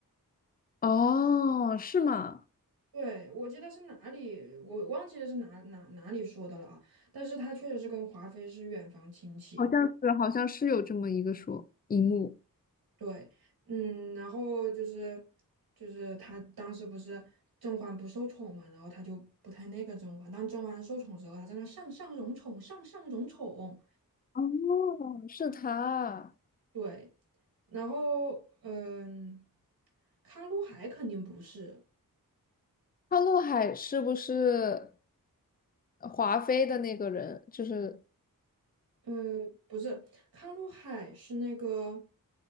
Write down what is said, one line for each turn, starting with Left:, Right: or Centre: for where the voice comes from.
Left: 哦，是吗？
Right: 对，我记得是哪里，我忘记了是哪哪哪里说的了啊。但是他确实是跟华妃是远房亲戚。
Left: 好像是，好像是有这么一个说一幕。
Right: 对，嗯，然后就是就是他当时不是甄嬛不受宠嘛，然后他就不太那个甄嬛。当甄嬛受宠时候，他在那上上荣宠，上上荣宠。
Left: 哦，是他，
Right: 对，然后嗯，康禄海肯定不是，
Left: 潘陆海是不是华妃的那个人？就是。
Right: 嗯，不是，康禄海是那个，